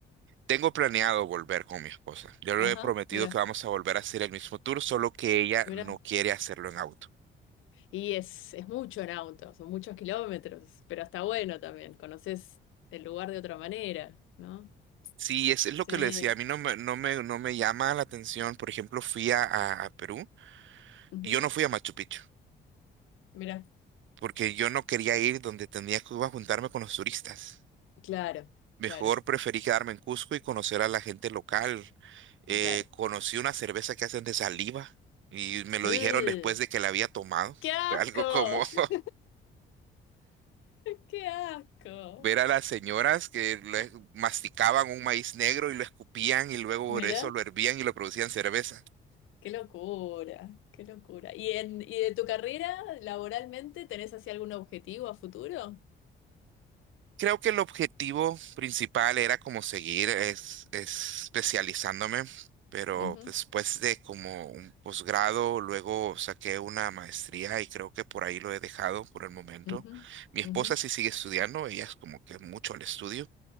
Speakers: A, on the right (about 75°); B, on the left (about 85°).
A: Tengo planeado volver con mi esposa. Yo
B: Ajá,
A: le he prometido
B: mira,
A: que vamos a volver a hacer el mismo tour, solo que ella
B: mira.
A: no quiere hacerlo en auto.
B: Y es, es mucho en auto, son muchos kilómetros, pero está bueno también, conoces el lugar de otra manera, ¿no?
A: Sí, es, es
B: Sí,
A: lo que le decía, a mí no me, no me, no me llama la atención. Por ejemplo, fui a, a a Perú
B: ujú,
A: y yo no fui a Machu Picchu.
B: Mira,
A: porque yo no quería ir donde tenía que iba a juntarme con los turistas.
B: claro,
A: Mejor
B: claro,
A: preferí quedarme en Cusco y conocer a la gente local. Eh,
B: claro.
A: conocí una cerveza que hacen de saliva y me lo
B: ¡Ugh!
A: dijeron después de que la había tomado.
B: ¡Qué asco!
A: Fue algo como <laughs>
B: <laughs> ¡Qué asco!
A: ver a las señoras que le- masticaban un maíz negro y lo escupían y luego
B: Mira.
A: por eso lo hervían y lo producían cerveza.
B: Qué locura, qué locura. ¿Y en, y de tu carrera laboralmente tenés así algún objetivo a futuro?
A: Creo que el objetivo principal era como seguir es, especializándome, pero
B: Ujú,
A: después de como un posgrado, luego saqué una maestría y creo que por ahí lo he dejado por el momento.
B: ujú,
A: Mi
B: ujú,
A: esposa sí sigue estudiando, ella es como que mucho al estudio